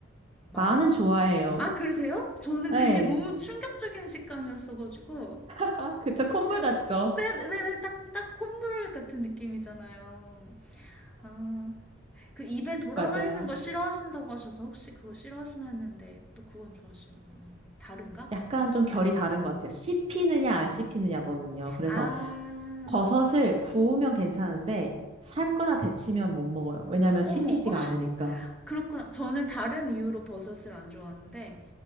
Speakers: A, in the centre; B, on the right.
A: 마.
B: 마는 좋아해요.
A: 아 그러세요? 저는
B: 네.
A: 그게 너무 충격적인 식감이었어가지고
B: <laughs> 아, 그쵸. 콧물
A: 그 뭐,
B: 같죠?
A: 네네네, 딱, 딱 콧물 같은 느낌이잖아요. 아, 그 입에 돌아다니는
B: 맞아요.
A: 거 싫어하신다고 하셔서 혹시 그거 싫어하시나 했는데 또 그건 좋아하시는구나. 다른가?
B: 약간 좀
A: 네.
B: 결이 다른 것 같아요. 씹히느냐 안 씹히느냐거든요. 그래서
A: 아,
B: 버섯을 구우면 괜찮은데 삶거나 데치면 못 먹어요. 왜냐면
A: 어머,
B: 씹히지가
A: <laughs>
B: 않으니까.
A: 그렇구나. 저는 다른 이유로 버섯을 안 좋아하는데